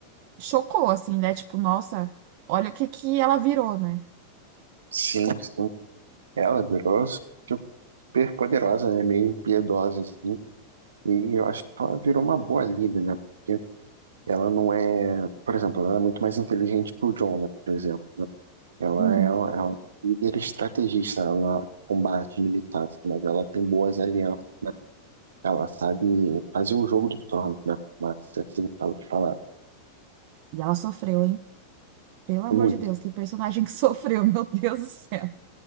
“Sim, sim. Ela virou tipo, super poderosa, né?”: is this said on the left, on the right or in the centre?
Right